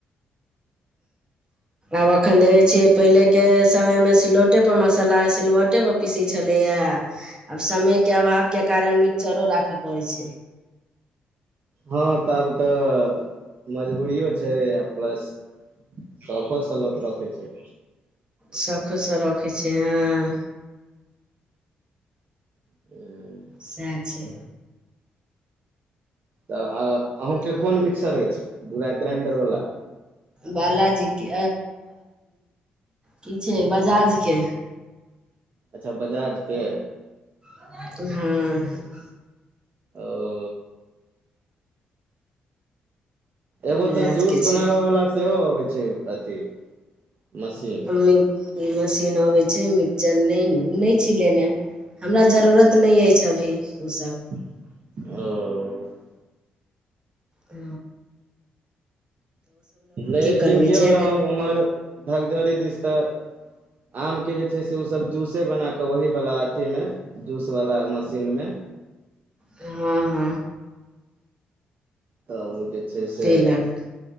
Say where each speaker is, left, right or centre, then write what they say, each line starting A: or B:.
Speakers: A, on the right; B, on the right.
A: आब एखन देखै छियै। पहिले के समय मे सिलौटेपर मसाला सिलौटेपर पीसै छलै आब समय के अभाव के कारण मिक्सचरो राखय पड़ैत छै।
B: हँ तऽ आब तऽ मजबूरियो छै आ प्लस सफ सलक रखे छै।
A: सभकिछु सँ रखै छियै हहाँ
B: ह।
A: सएह छै।
B: तऽ अहूँकेँ
A: तऽ
B: कोन मिक्सर अछिूरा ग्राइंडरवला
A: बालाजीके कि छै बजाजके
B: अच्छा बजाजके।
A: हँ।
B: ओ। एगो
A: बजाजके
B: तऽ जूस बनाबय
A: छै
B: वाला सेहो अबै छै अथि मशीन
A: मि मशीन अबै छै मिक्सचर नहि नहि छै लेनाइ हमरा जरूरत नहि अछि, अभी ओसभ
B: ओ।
A: आ।
B: एक
A: करबै
B: दिन गेल
A: जे
B: रहौ उम्हर। धकझड़ी दिस तऽ आमके जे छै से से ओ सभ जूसे बनाक ओह वाला अथि मे जूस वाला मशीन मे
A: हँ, हँ।
B: तऽ ओ जे छै सँ
A: पीलक